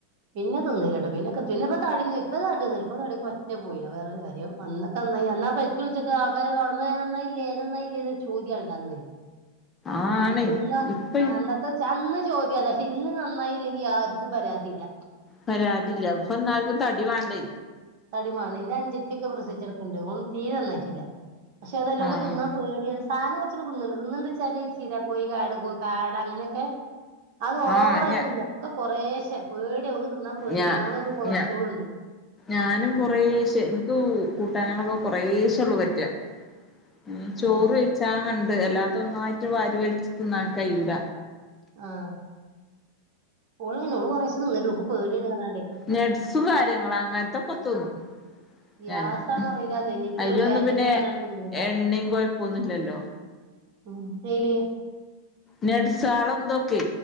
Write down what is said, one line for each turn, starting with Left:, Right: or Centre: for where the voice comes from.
Right: പിന്നെ തിന്നീലട്ടോ പിന്നെക്കെ പിന്നെപ്പോ തടിയൊന്നും ഇപ്പൊ തടിയൊക്കെ പറ്റേ പോയി അത് വേറെ കാര്യം അന്നൊക്കെ നന്നായി ന്ന് ആ പെറ്റ് കുൾച്ചപ്പോ ആൾക്കാര് കാണുമ്പോ നന്നായില്ലേ നന്നായില്ലേ ന്നൊരു ചോദ്യംണല്ലോ അന്ന്
Left: ആണ്
Right: ഏ ത് ന്നാ
Left: ഇപ്പ
Right: അന്നത്തെ ച അന്ന് ചോദ്യാ പക്ഷെ ഇന്ന് നന്നായില്ലെങ്കി ആർക്കും പരാതില്ല
Left: പരാതില്ല ഇപ്പൊന്നാർക്കും തടി വാണ്ടേ
Right: തടിമണേൻ ഇന്റെ അഞ്ചത്തിക്കെ പ്രസവിചെടക്കണ്ട് ഓള് തീരെ നന്നായിട്ടില്ല പക്ഷെ അതെലോകെ
Left: ആഹ്
Right: തിന്നാൻ പേടിയാണ് സാധനകൊർച് തിന്ന്ണ്ട് തിന്ന്ണ്ട് വച്ചാല് ചീരകോഴി കാടെടെകോ കാട അങ്ങനെക്കെ അത് ഓവറായിട്ട്തിന്
Left: ആഹ് ഞ
Right: ഒക്കെ കൊറേ- ക്ഷെ പേടിമക്ക് തിന്നാൻ പേടി
Left: ഞാ
Right: ഒന്നാതെ മക്ക് കൊളസ്ട്രോള്ണ്ട്
Left: ഞാ ഞാനും കൊറേശെ എനിക്ക് കൂട്ടാനൊക്കെ കൊറേശം ഉള്ളൂ പറ്റാ ഉം ചോറ്കയിച്ചാ
Right: ഏ
Left: ക ണ്ട് അല്ലാത്ത ഒന്നായിട്ട് വാരി വലിച്ച് തിന്നാൻ കയ്യൂല
Right: ആഹ് ഓളങ്ങന ഓള് കൊറേശെതിന്നുള്ളു ഓക്ക് പേടിണ്പറ
Left: നെഡ്സും കാര്യങ്ങളും അങ്ങനത്തൊക്കെ തിന്നും
Right: ഗ്യാസാണോ
Left: ഞാന്
Right: അറിയില്ല നെഞ്ഞിന്റെ ഉള്ളിൽ
Left: അതിലൊന്നും
Right: കൂടെ വേദനയാണ്
Left: പിന്നെ
Right: പറഞ്ഞാണ്ട് തിന്നൂല
Left: എണ്ണിമ് കൊഴപ്പൊന്നനല്ലല്ലോ
Right: ഉം ഏല്
Left: നെടുസാള എന്തൊക്കെ